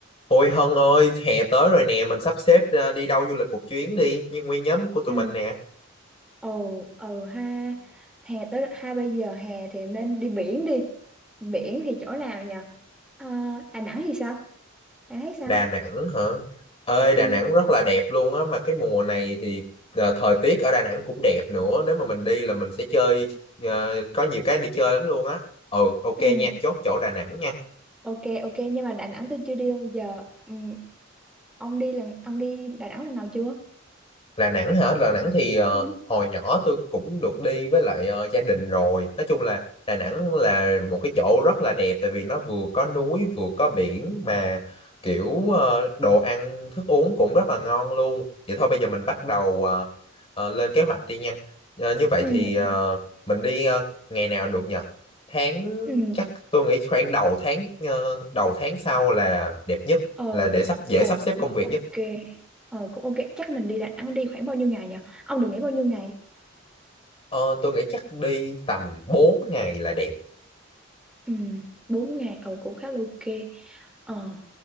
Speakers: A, on the left; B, in the centre.
A: Ôi Hân ơi, hè tới rồi nè, mình sắp xếp ra đi đâu du lịch một chuyến đi, như nguyên nhóm của tụi
B: Ừ,
A: mình nè.
B: ồ, ừ ha Hè tới ha bây giờ hè thì nên đi biển đi Biển thì chỗ nào nhỉ? À, Đà Nẵng thì sao? Bạn thấy sao?
A: Đà Nẵng hả? Ơi,
B: Ừ,
A: Đà Nẵng rất là đẹp luôn á, mà cái mùa này thì ờ, thời tiết ở Đà Nẵng cũng đẹp nữa, nếu mà mình đi là mình sẽ chơi, ờ, có nhiều cái để chơi lắm luôn á. Ừ, ok
B: ừ,
A: nha, chốt chỗ Đà Nẵng nha.
B: ok, ok Nhưng mà Đà Nẵng tôi chưa đi đâu giờ ừ, Ông đi lần, ông đi Đà Nẵng lần nào chưa?
A: Đà Nẵng hả? Đà Nẵng thì ờ,
B: Ừ,
A: hồi nhỏ tôi cũng được đi với lại ờ, gia đình rồi. Nói chung là Đà Nẵng là một cái chỗ rất là đẹp tại vì nó vừa có núi vừa có biển mà kiểu ờ, đồ ăn thức uống cũng rất là ngon luôn. Vậy thôi bây giờ mình bắt đầu ờ, ờ, lên kế hoạch đi nha. Ờ, như vậy
B: ừ,
A: thì ờ,
B: ừ,
A: mình đi ờ, ngày nào được nhỉ? Tháng
B: ừ.
A: chắc tôi nghĩ khoảng đầu tháng ờ, đầu tháng sau là đẹp nhất
B: Ờ,
A: là để sắp dễ
B: ờ,
A: sắp xếp
B: cũng
A: công việc
B: cũng ok
A: nhất.
B: Ờ, cũng ok Chắc mình đi Đà Nẵng đi khoảng bao nhiêu ngày nhỉ? Ông đừng nghĩ bao nhiêu ngày
A: Ờ, tôi nghĩ chắc đi tầm 4 ngày là đẹp.
B: Ừ, 4 ngày, ờ, cũng khá là ok Ờ